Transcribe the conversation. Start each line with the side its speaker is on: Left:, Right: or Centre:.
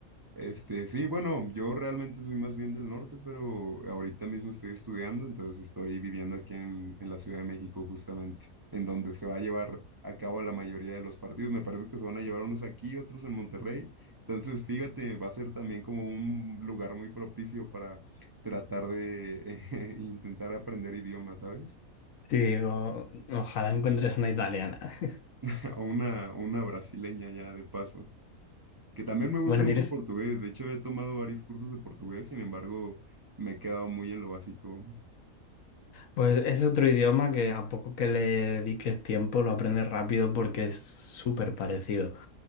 Right: Este, sí, bueno, yo realmente soy más bien del norte, pero ahorita mismo estoy estudiando, entonces estoy viviendo aquí en, en la Ciudad de México justamente, en donde se va a llevar a cabo la mayoría de los partidos. Me parece que se van a llevar unos aquí, otros en Monterrey. Entonces, fíjate, va a ser también como un lugar muy propicio para tratar de <laughs> intentar aprender idiomas, ¿sabes?
Left: Sí, digo, ojalá encuentres una italiana. <laughs>
Right: <laughs> o una, una brasileña ya de paso. que también me gusta
Left: Bueno,
Right: mucho
Left: tienes.
Right: el portugués. De hecho, he tomado varios cursos de portugués, sin embargo, me he quedado muy en lo básico.
Left: Pues es otro idioma que a poco que le dediques tiempo lo aprendes rápido porque es súper parecido.